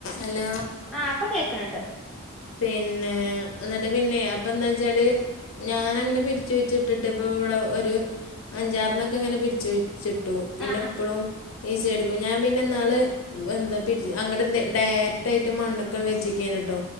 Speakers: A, on the left; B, in the centre.
A: അല്ല
B: ആഹ് ഇപ്പൊ കേക്കുന്നുണ്ട്
A: പിന്നെ എന്നിട്ട് പിന്നെ അപ്പ എന്താ വച്ചാല് ഞാൻ അങ്ങനെ പിരിച്ചു വച്ച ഇട്ടിട്ട് ഇപ്പൊ ഇവിടെ ഒരു അഞ്ചാറിനൊക്കെ അങ്ങനെ പിരിച്ചു വിച്ചിട്ടു പിന്നെ
B: ആ
A: എപ്പോഴും ഈസി എടുക്കും ഞാൻ പിന്നെ എന്നാള് എന്താ പി അങ്ങ എ ഡയറക്ട് ആയിട്ട് മണ്ണക്കണ് വെച്ചക്കാണ് കേട്ടോ